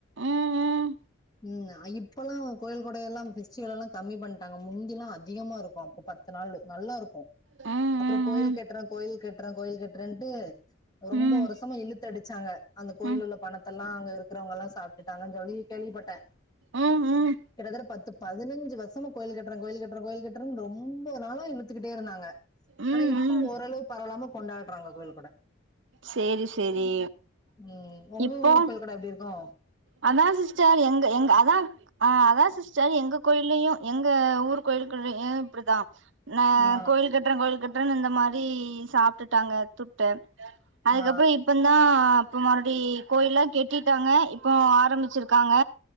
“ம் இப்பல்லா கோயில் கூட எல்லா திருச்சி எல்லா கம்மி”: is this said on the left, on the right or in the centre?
Left